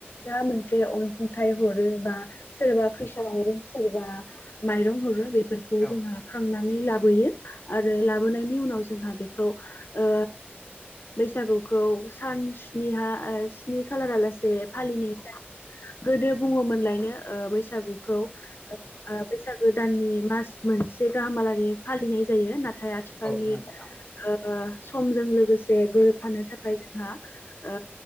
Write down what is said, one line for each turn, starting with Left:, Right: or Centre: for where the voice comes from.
Left: जा मोनसे अनसुंथाइ हरो बा सोरबा फैसा हरो सोरबा माइरं हरो बेफोरखौ
Centre: औ
Left: जोंहा खांनानै लाबोयो, आरो लाबोनायनि उनाव जोंहा बेखौ ओ बैसागुखौ सान स्निहा स्नि खालारालासे फालिनाय जा गोदो बुङोमोनलायनो ओ बैसागुखौ ओ बैसागो दाननि मास मोनसे गाहामलागै फालिनाय जायो नाथ नाथाय आथिखालनि
Centre: औ नंगौ नोंथां
Left: ओ समजों लोगोसे गोरोबफानो थाखाय जोंहा ओ